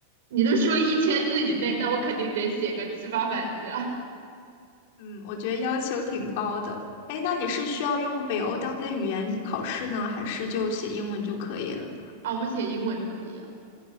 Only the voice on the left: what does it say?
<laughs> 嗯，我觉得要求挺高的。哎，那你是需要用北欧当地的语言考试呢，还是就写英文就可以了？